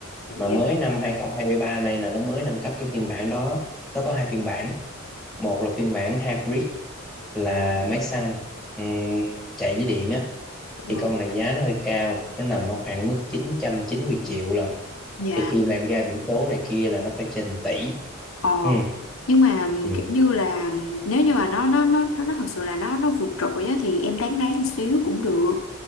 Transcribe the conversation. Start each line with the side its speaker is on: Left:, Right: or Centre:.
Left: dạ
Centre: mà mới năm 2023 này là nó mới nâng cấp cái phiên bản đó nó có hai phiên bản một là phiên bản hybrid là máy xăng ừm, chạy với điện á
Left: ừ.
Centre: thì con này giá nó hơi cao nó nằm ở khoảng mức chín chín trăm chín mươi triệu lận
Left: Dạ
Centre: thì khi mà em ra biển số này kia là nó phải trên tỷ
Left: Ờ,
Centre: ừ.
Left: nhưng mà
Centre: Ừ.
Left: kiểu như là nếu như mà nó nó nó nó nó thật sự là nó nó vượt trội á, thì em đáng ráng một xíu cũng được.